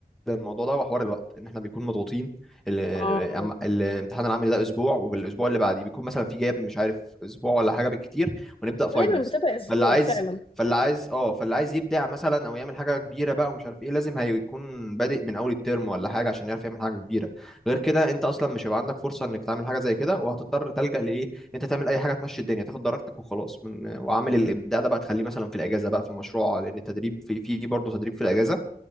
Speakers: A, in the centre; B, on the left (about 35°).
A: الموضوع ده وحوار الوقت ان احنا بيكون مضغوطين ال- ال-
B: آه
A: أما- الامتحان العملي ده اسبوع والاسبوع اللي بعديه بيكون مثلا في جاب مش عارف اسبوع ولا حاجه بالكتير ونبدا فاينلز
B: غالبا بتبقى أسبوع
A: فاللي عايز
B: فعلا
A: فاللي عايز اه فاللي عايز يبدع مثلا او يعمل حاجه كبيره بقى ومش عارف ايه لازم هيكون بادئ من اول الترم ولا حاجه عشان يعرف يعمل حاجه كبيره غير كده انت اصلا مش هيبقى عندك فرصه انك تعمل حاجه زي كده وهتضطر تلجأ لايه ان انت تعمل اي حاجه تمشي الدنيا تاخد درجتك وخلاص من وعامل الابداع ده بقى تخليه مثلا في الاجازه بقى في المشروع لان التدريب في في برضه تدريب في الاجازه